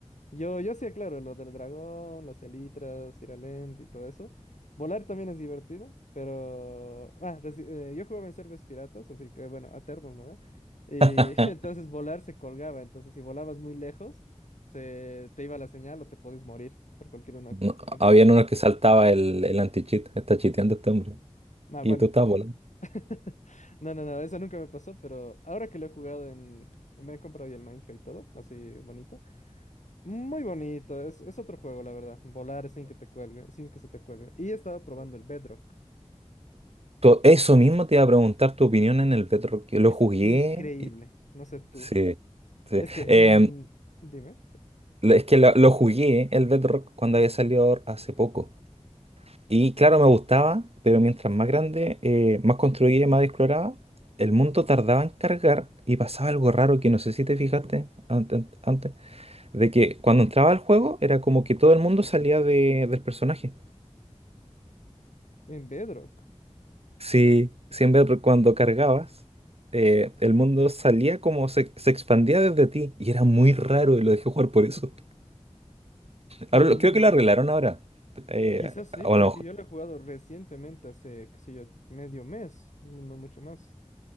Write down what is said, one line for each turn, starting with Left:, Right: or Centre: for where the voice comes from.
Left: Yo, yo sí aclaro, lo del dragón, las elitras, ir a lente y todo eso. Volar también es divertido, pero... Ah, reci- eh, yo jugaba en servers piratas, así que bueno, alternos, ¿no? Y
Right: <laughs>
Left: <laughs> entonces volar se colgaba, entonces si volabas muy lejos, se... te iba la señal o te podías morir por cualquier una...
Right: No,
Left: cualquier
Right: habían
Left: razón.
Right: unos que saltaba el, el anti-cheat, está chiteando este hombre,
Left: Ah, bueno.
Right: y tú estabas volando.
Left: <laughs> No, no, no, eso nunca me pasó, pero ahora que lo he jugado en... Me he comprado ya el Minecraft y todo, así bonito. Muy bonito, es, es otro juego, la verdad. Volar sin que te cuelgue, sin que se te cuelgue. Y estaba probando el Bedrock.
Right: To- Eso mismo te iba a preguntar tu opinión en el Bedrock. Yo lo
Left: Es
Right: jugué.
Left: increíble.
Right: y-
Left: No sé tú.
Right: Sí, sí.
Left: Es que, mm,
Right: Em,
Left: dime,
Right: lo- es que lo, lo jugué el Bedrock cuando había salido hace poco. Y claro, me gustaba, pero mientras más grande, eh, más construía y más exploraba, el mundo tardaba en cargar y pasaba algo raro que no sé si te fijaste antes, antes, de que cuando entraba al juego era como que todo el mundo salía de- del personaje.
Left: en Bedrock.
Right: Sí, siempre re- cuando cargabas, eh, el mundo salía como se, se expandía desde ti y era muy raro y lo dejé jugar por eso.
Left: mm,
Right: Ahora lo- creo que lo arreglaron ahora. Eh,
Left: quizás sí,
Right: o
Left: porque
Right: no.
Left: yo lo he jugado recientemente, hace, qué sé yo, medio mes, no no mucho más.